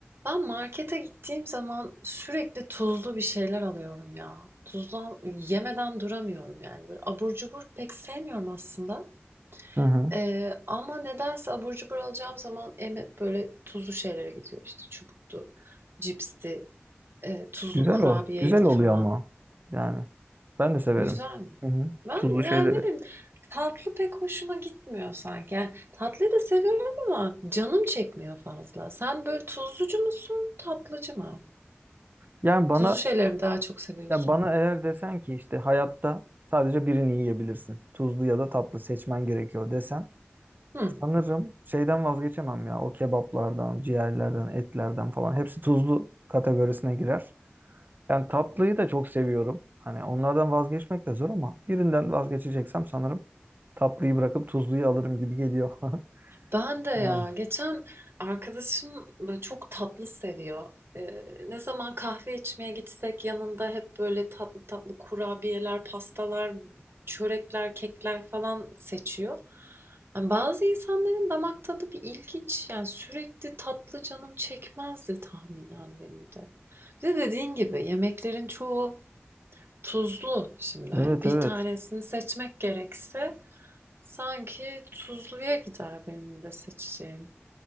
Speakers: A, on the right (about 70°); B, on the right (about 50°).
A: Ben markete gittiğim zaman sürekli tuzlu bir şeyler alıyorum ya. Tuzlu yemeden duramıyorum yani. Böyle abur cubur pek sevmiyorum aslında.
B: Hı hı.
A: Ee, ama nedense abur cubur alacağım zaman em böyle tuzlu şeylere gidiyor işte. Çubuktu, cipsti, e, tuzlu
B: Güzel
A: kurabiyeydi
B: ol. Güzel oluyor
A: falan.
B: ama. Yani ben de severim.
A: Güzel mi?
B: Hı hı.
A: Ben
B: Tuzlu şeyleri.
A: yani ne bileyim tatlı pek hoşuma gitmiyor sanki. Yani tatlıyı da seviyorum ama canım çekmiyor fazla. Sen böyle tuzlucu musun, tatlıcı mı?
B: Yani bana
A: Tuzlu şeyleri mi daha çok seviyorsun?
B: ya bana eğer desen ki işte hayatta sadece birini yiyebilirsin. Tuzlu ya da tatlı seçmen gerekiyor desen
A: Hı.
B: sanırım şeyden vazgeçemem ya. O kebaplardan, ciğerlerden, etlerden falan hepsi tuzlu kategorisine girer. Yani tatlıyı da çok seviyorum. Hani onlardan vazgeçmek de zor ama birinden vazgeçeceksem sanırım tatlıyı bırakıp tuzluyu alırım gibi geliyor. <laughs>
A: Ben de ya
B: Yani
A: geçen arkadaşım böyle çok tatlı seviyor. Ee, ne zaman kahve içmeye gitsek yanında hep böyle tatlı tatlı kurabiyeler, pastalar, çörekler, kekler falan seçiyor. Yani bazı insanların damak tadı bir ilginç. Yani sürekli tatlı canım çekmezdi tahminen benim de. Bir de dediğin gibi yemeklerin çoğu tuzlu şimdi.
B: evet
A: Hani bir
B: evet.
A: tanesini seçmek gerekse Sanki tuzluya gider benim de seçeceğim.